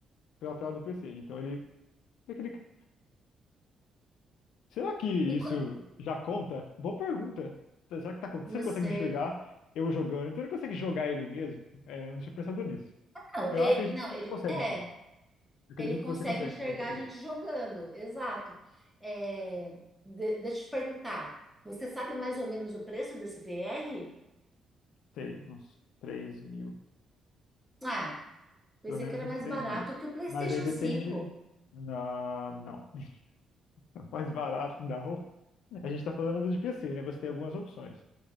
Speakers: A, on the left; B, in the centre.
A: pela tela do PC. Então ele, ele clica. Será que isso
B: E qua-
A: já conta? Boa pergunta. Então, Será que tá acontecendo?
B: não
A: Se ele
B: sei.
A: consegue enxergar eu jogando, então ele consegue jogar ele mesmo? É, eu não tinha pensado nisso.
B: Não,
A: Eu
B: e-
A: acredito
B: não,
A: que
B: ele
A: você consegue,
B: é.
A: sim. Eu acredito
B: Ele consegue
A: que você consegue,
B: enxergar
A: se você quiser.
B: a gente jogando, exato. É, de- deixa eu te perguntar, você sabe mais ou menos o preço desse VR?
A: Tem uns três mil
B: Ah, pensei
A: Pelo menos
B: que era
A: uns
B: mais
A: três
B: barato
A: mil.
B: que o PlayStation
A: Mas aí depende.
B: cinco.
A: Não, não. <laughs> Mais barato da roupa. A gente está falando do PC, né? Você tem algumas opções.